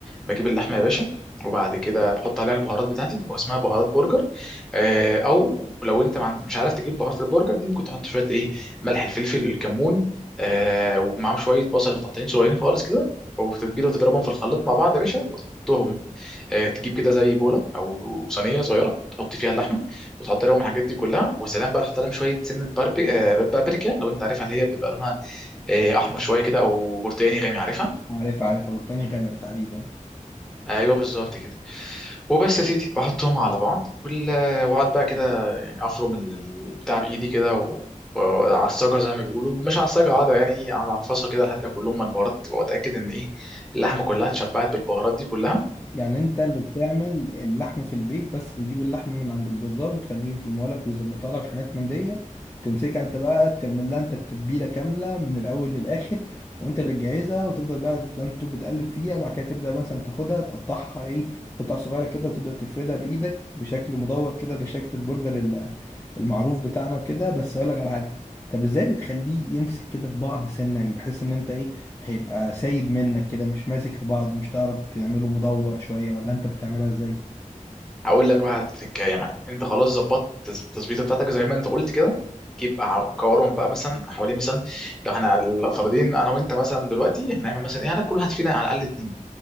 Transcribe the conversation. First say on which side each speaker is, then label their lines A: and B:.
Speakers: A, in the centre; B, on the left.
A: بجيب اللحمه يا باشا وبعد كده بحط عليها البهارات بتاعتي بيبقى اسمها بهارات برجر آه، او لو انت ما عند- مش عارف تجيب بهارات البرجر دي ممكن تحط شويه ايه ملح الفلفل الكمون آه، ومعاهم شويه بصل متقطعين صغيرين خالص كده وتتبيله وتضربهم في الخلاط مع بعض يا باشا وتحطهم آه، تجيب كده زي بوله او صينيه صغيره تحط فيها اللحمه وتحط لهم الحاجات دي كلها وسلام بقى تحط لهم شويه سنه باربي... آه، بابريكا لو انت عارفها اللي هي بيبقى لونها آه، احمر شويه كده او برتقاني غامق عارفها
B: عارفها عارفها بريطانيا غامق تحديدا
A: ايوه بالظبط كده وبس يا سيدي بحطهم على بعض وال- واقعد بقى كده يعني افرم ال- ال- بتاع بايدي كده و... وعصجها زي ما بيقولوا مش عصجها قاعده يعني ايه اقعد اعفصها كده لحد ما كلهم من البهارات واتاكد ان ايه اللحمه كلها اتشبعت بالبهارات دي كلها
B: يعني انت اللي بتعمل اللحم في البيت بس بتجيب اللحم من عند الجزار وتخليه يفرمه لك ويظبطها لك حاجات من دي تمسكها انت بقى تعمل لها انت التتبيله كامله من الاول للاخر وانت اللي تجهزها وتفضل بقى زي ما تقول بتقلب فيها بعد كده تبدا مثلا تاخدها تقطعها ايه قطع صغيره كده وتبدا تفردها بايدك بشكل مدور كده بشكل البرجر ال- المعروف بتاعنا وكده بس اقول لك على حاجه طب ازاي بتخليه يمسك كده في بعض سنه يعني بحيث ان انت ايه هيبقى سايب منك كده مش ماسك في بعض مش تعرف تعمله مدور شوية ولا انت بتعملها ازاي
A: هقول لك بقى على التركايه يا معلم انت خلاص ظبطت التظبيطه بتاعتك زي ما انت قلت كده جيب بقى كورهم بقى مثلا حوالي مثلا لو احنا الفردين انا وانت مثلا دلوقتي هنعمل مثلا ايه هناكل كل واحد فينا على الاقل اتنين